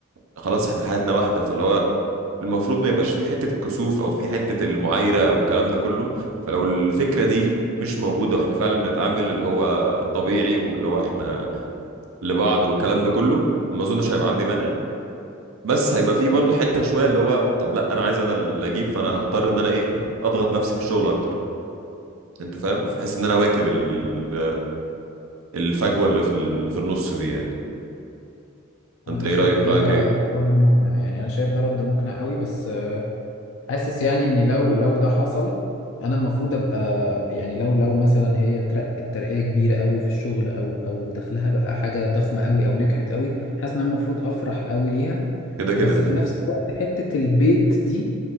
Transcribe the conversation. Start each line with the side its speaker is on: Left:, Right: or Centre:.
Right: خلاص احنا حياتنا واحده فاللي هو المفروض ما يبقاش في حته الكسوف او في حته المعايره او الكلام ده كله فلو الفكره دي مش موجوده واحنا فعلا بنتعامل اللي هو طبيعي واللي هو احنا لبعض والكلام ده كله ما اظنش هيبقى عندي مانع بس هيبقى فيه برضو حتة شوية اللي هو طب لا انا عايز انا اللي اجيب فانا هضطر ان انا ايه اضغط نفسي في الشغل اكتر انت فاهم بحيث ان انا اواكب ال- الفجوة اللي في ال- في النص دي يعني انت
Left: انا
Right: ايه
Left: شايف
Right: رأيك
Left: ده
Right: رأيك ايه
Left: رد مقنع يعني انا شايف ده رد مقنع قوي بس آه، حاسس يعني ان لو لو ده حصل انا المفروض ابقى يعني لو لو مثلا هي ترقت ترقية كبيرة قوي في الشغل او او دخلها بقى حاجة ضخمة قوي او نجحت قوي حاسس ان انا المفروض افرح قوي ليها
Right: كده كده
Left: بس في نفس الوقت حتة البيت دي